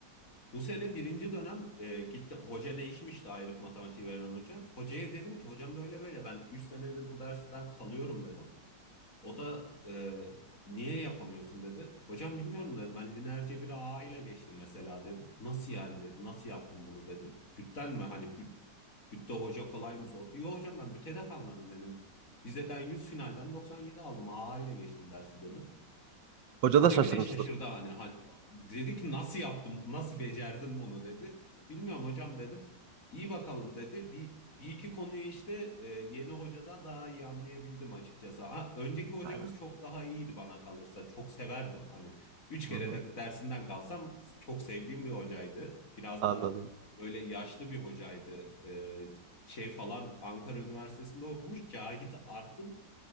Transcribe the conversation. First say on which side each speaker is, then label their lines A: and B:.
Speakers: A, on the left (about 45°); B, on the right (about 75°).
A: Bu sene birinci dönem e, gitti hoca değişmişti ayrık matematiği veren hoca. Hocaya dedim ki hocam böyle böyle ben 3 senedir bu dersten kalıyorum dedim. O da e, niye yapamıyorsun dedi. Hocam bilmiyorum dedim ben lineer cebiri A ile geçtim mesela dedim. Nasıl yani dedi nasıl yaptım bunu dedi. Bütten mi hani büt, bütte hoca kolay mı sordu. Yok hocam ben bütte de kalmadım dedim. Vizeden 100 finalden 97 aldım A ile geçtim dersi dedim.
B: Hoca
A: Hoca
B: da şaşırmıştır.
A: bile şaşırdı hani. Hani dedi ki nasıl yaptım, nasıl becerdin bunu dedi. Bilmiyorum hocam dedim. İyi bakalım dedi. Bir, bir iki konuyu işte e, yeni hocada daha iyi anlayabildim açıkçası. Ha, önceki hocamız
B: Aynen.
A: çok daha iyiydi bana kalırsa. Çok severdim hani. Üç
B: Hı
A: kere
B: hı.
A: de dersinden kalsam çok sevdiğim bir hocaydı. Biraz
B: Anladım.
A: da böyle yaşlı bir hocaydı. E, şey falan Ankara Üniversitesi'nde okumuş. Cahit Arf'ın